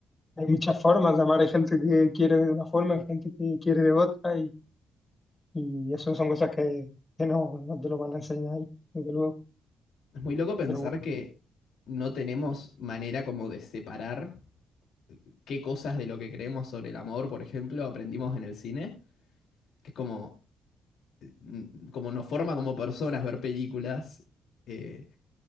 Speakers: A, on the left; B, on the left.
A: hay muchas formas de amar, hay gente que quiere de una forma, hay gente que quiere de otra y, y eso son cosas que, que no, no te lo van a enseñar ahí, desde luego.
B: Es muy loco pensar
A: Pero bueno.
B: que no tenemos manera como de separar. qué cosas de lo que creemos sobre el amor, por ejemplo, aprendimos en el cine, que es como, mm, como nos forma como personas ver películas. eh,